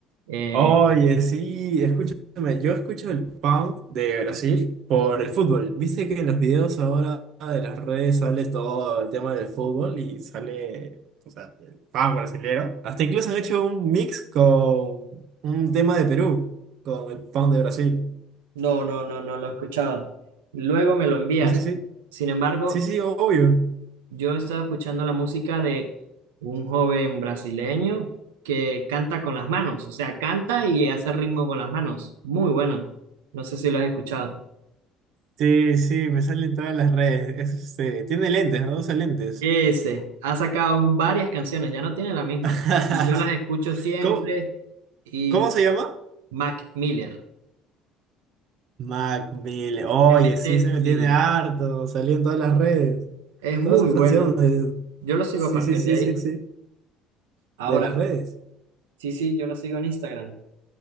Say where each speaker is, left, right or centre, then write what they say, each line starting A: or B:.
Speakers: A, on the right; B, on the right.
A: Eh,
B: Oye, sí, escúchame, yo escucho el punk de Brasil por el fútbol. Viste que en los videos ahora de las redes sale todo el tema del fútbol y sale, o sea, el punk brasilero. Hasta incluso han hecho un mix con un tema de Perú, con el punk de Brasil.
A: no, no, no, no lo he escuchado. Luego me lo envías.
B: Sí, sí, sí.
A: Sin embargo,
B: Sí, sí, obvio.
A: Yo estaba escuchando la música de un joven brasileño que canta con las manos, o sea, canta y hace ritmo con las manos. Muy bueno. No sé si lo has escuchado.
B: Sí, sí, me salen todas las redes. Es, este, tiene lentes, ¿no? Usa lentes.
A: Ese ha sacado varias canciones, ya no tiene la misma.
B: <laughs>
A: Y yo las escucho siempre.
B: ¿Cómo,
A: Y
B: cómo se llama?
A: Mac Miller,
B: Mac Miller. Oye,
A: M.
B: sí
A: MC
B: se me
A: Miller.
B: tiene harto. Salió en todas las redes.
A: Es
B: Todas
A: muy
B: esas
A: bueno.
B: canciones.
A: Yo lo sigo
B: Sí,
A: a partir
B: sí, sí,
A: de ahí.
B: sí, sí.
A: Ahora,
B: De las redes.
A: sí, sí, yo lo sigo en Instagram.